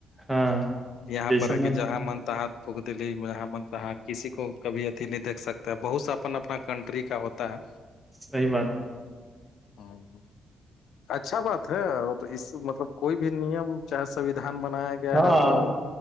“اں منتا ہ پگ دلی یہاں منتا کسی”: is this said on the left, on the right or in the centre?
Left